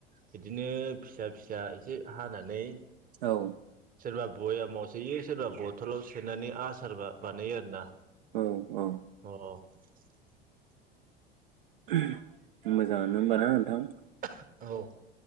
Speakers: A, on the right (about 30°); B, on the right (about 60°).
A: बिदिनो फिसा फिसा एसे हानानै
B: औ
A: सोरबा बयामाव सोयो सोरबा बथलाव सोनानै आस सारबा बानायो आरोना
B: औ औ
A: अ <unintelligible>
B: <unintelligible> मोजाङानो होमबाना नोंथां
A: <unintelligible> औ